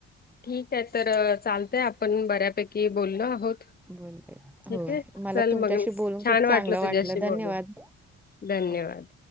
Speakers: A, on the left; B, in the centre.
A: ठीक आहे तर चालतय आपण बऱ्यापैकी बोललो आहोत.
B: बोलले हो
A: ठीक आहे
B: मला
A: चल
B: तुमच्याशी
A: मग
B: बोलून खूप
A: छान वाटलं
B: चांगलं
A: तुझ्याशी
B: धन्यवाद.
A: बोल. धन्यवाद!
B: ओके.